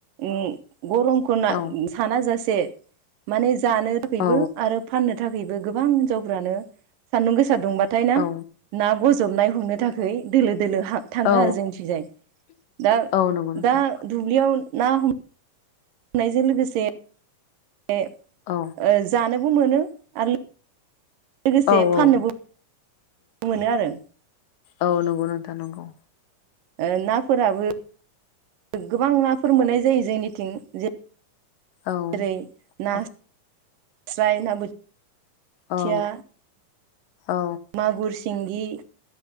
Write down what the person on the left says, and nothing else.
औ
औ
औ
औ
औ नंगौ नोंथां
औ
औ औ
औ नोंगौ नोंथा नोंगौ
औ
औ
औ औ